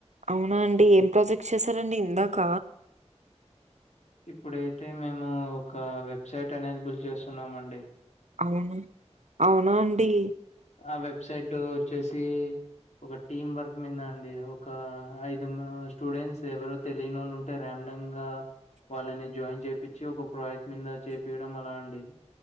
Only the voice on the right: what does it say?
అవునా అండి ఏం ప్రాజెక్ట్ చేశారండి ఇందాక
అవునా అవును అండి